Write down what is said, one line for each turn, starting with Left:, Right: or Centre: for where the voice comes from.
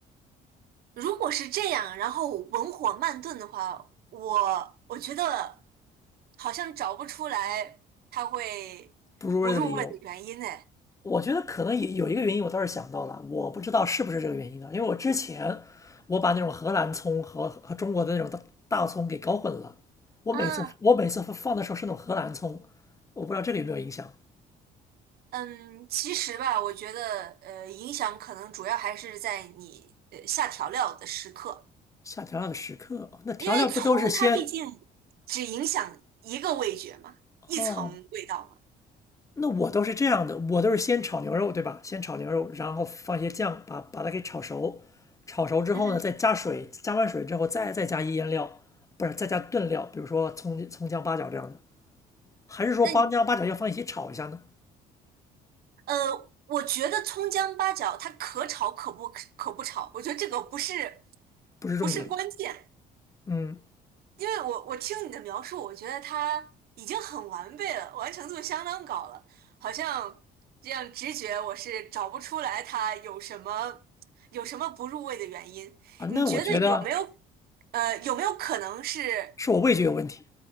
Right: 如果是这样，然后文火慢炖的话，我我觉得好像找不出来它会不入味的原因呢。
Left: 不入味的理由，我觉得可能也有一个原因，我倒是想到了，我不知道是不是这个原因呢？因为我之前我把那种荷兰葱和和中国的那种大大葱给搞混了，我每次我每次放的时候是那种荷兰葱，
Right: 啊，
Left: 我不知道这个有没有影响。
Right: 嗯，其实吧，我觉得呃，影响可能主要还是在你呃下调料的时刻，
Left: 下调料的时刻啊，哦那调料不都是先
Right: 因为葱它毕竟只影响一个味觉嘛，一层味道嘛。
Left: 哦？那我都是这样的，我都是先炒牛肉，对吧？先炒牛肉，然后放一些酱，把把它给炒熟。炒熟之后呢，
Right: 嗯哼，
Left: 再加水，加完水之后再再加一腌料，不是再加炖料，比如说葱葱姜八角这样的，还是说八姜八角要放一起炒一下呢？
Right: 那你呃，我觉得葱姜八角它可炒可不可不炒，我觉得这个不是。
Left: 不是重点。
Right: 不是关键，
Left: 嗯
Right: 因为我我听你的描述，我觉得它已经很完备了，完成度相当高了，好像这样直觉我是找不出来它有什么有什么不入味的原因。
Left: 啊，那我觉得
Right: 你觉得有没有呃有没有可能是
Left: 是我味觉有问题。